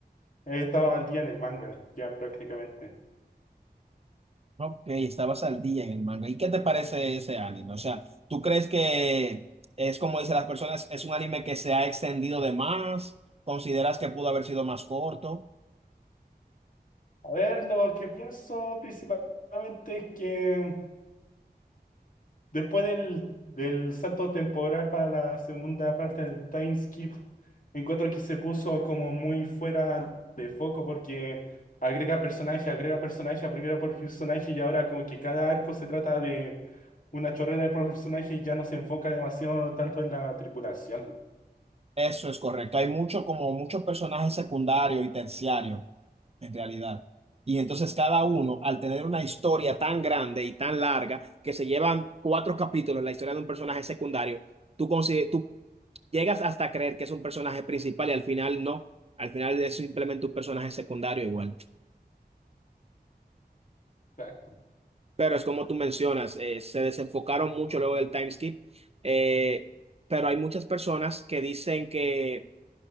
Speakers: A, on the left; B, on the right.
A: estaba al día en el manga, ya prácticamente.
B: Ok, estabas al día en el manga. ¿Y qué te parece ese anime? O sea, ¿tú crees que es como dicen las personas, es un anime que se ha extendido de más? ¿Consideras que pudo haber sido más corto?
A: A ver, lo que pienso principalmente es que después del, del salto temporal para la segunda parte del time skip, encuentro que se puso como muy fuera de foco porque agrega personaje, agrega personaje, agrega por personaje y ahora como que cada arco se trata de una chorrera de personaje y ya no se enfoca demasiado tanto en la tripulación.
B: Eso es correcto. Hay mucho, como muchos personajes secundarios y terciarios, en realidad. Y entonces cada uno, al tener una historia tan grande y tan larga, que se llevan cuatro capítulos la historia de un personaje secundario, ¿tú, consi- tú llegas hasta a creer que es un personaje principal y al final no. Al final es simplemente un personaje secundario igual.
A: Exacto.
B: Pero es como tú mencionas, eh, se desenfocaron mucho luego del time skip. Eh, pero hay muchas personas que dicen que,